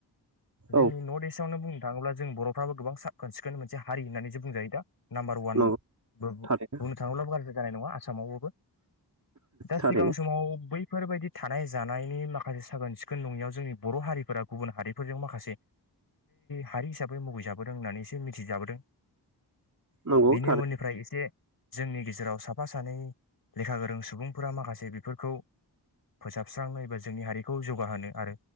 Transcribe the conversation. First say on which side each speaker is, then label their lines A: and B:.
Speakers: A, on the left (about 55°); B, on the right (about 45°).
A: जोंनि
B: औ
A: नर्थ इस्टआवनो बुं थाङोब्ला जों बर'फ्राबो गोबां साख खोन सिखोन मोनसे हारि होननानैसो बुंजायो दा नाम्बार वान
B: नंगौ
A: बो
B: थारैनो
A: बुंनो थाङोब्लाबो गाज्रि जानाय नङा आसामावबो दा
B: थारैनो
A: सिगां समाव बै फोरबायदि थानाय जानायनि माखासे साखोन सिखोन नङैयाव जोंनि बर' हारिफोरा गुबुन हारिफोरजों माखासे हारि हिसाबै मुगैजाबोदों होननानै एसे मिथिजाबोदों
B: नंगौ
A: बेनि
B: थारैनो
A: उननिफ्राय एसे जोंनि गेजेराव साफा-सा नै लेखा गोरों सुबुंफोरा माखासे बेफोरखौ फोसाबस्रांनो एबा जोंनि हारिखौ जौगाहोनो आरो